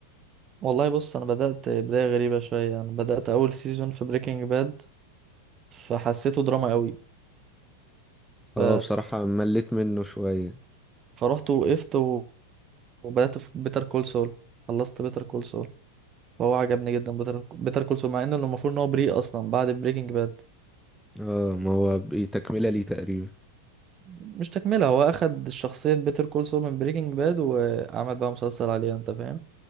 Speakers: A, on the right; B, in the centre.
A: والله بص انا بدأت بداية غريبة شوية انا بدأت اول سيزون في بريكنج باد فحسيته دراما قوي
B: اه
A: ف...
B: بصراحة مليت منه شوية
A: فرحت وقفت و- وبدأت في بيتر كول سول خلصت بيتر كول سول فهو عجبني جدا بيتر كول سول مع انه المفروض ان هو بريء اصلا بعد بريكنج باد
B: اه ما هو بي- تكملة ليه تقريبا
A: مش تكملة هو أخد شخصية بيتر كول سول من بريكنج باد وعمل بقى مسلسل عليها أنت فاهم